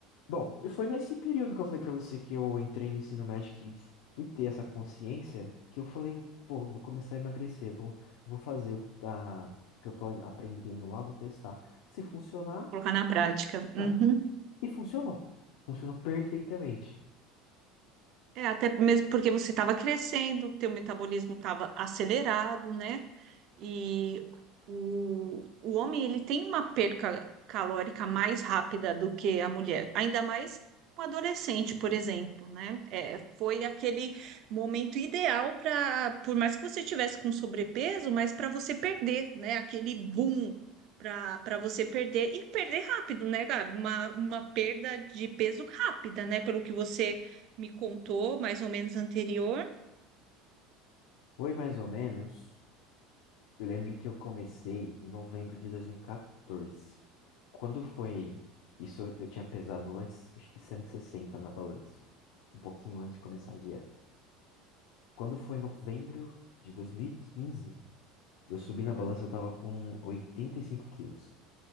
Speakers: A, on the left; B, on the right.
A: bom, e foi nesse período que eu falei pra você que eu entrei no ensino médio que fui ter essa consciência que eu falei, pô, vou começar a emagrecer, vou vou fazer o que tá que eu tô aprendendo lá, vou testar. Se funcionar,
B: Vou colocar na prática. Uhum.
A: é. E funcionou. Funcionou perfeitamente.
B: É, até mesmo porque você estava crescendo, teu metabolismo estava acelerado, né? E o, o homem ele tem uma perca calórica mais rápida do que a mulher, ainda mais um adolescente, por exemplo, né? É, foi aquele momento ideal para, por mais que você tivesse com sobrepeso, mas para você perder, né? Aquele boom para para você perder e perder rápido, né, Gabi? Uma, uma perda de peso rápida, né? Pelo que você me contou, mais ou menos anterior.
A: Foi mais ou menos Eu lembro que eu comecei em novembro de 2014. Quando foi isso, eu eu tinha pesado antes, acho que 160 na balança, um pouquinho antes de começar a dieta. Quando foi novembro de dois mil e quinze eu subi na balança, eu tava com 85 quilos.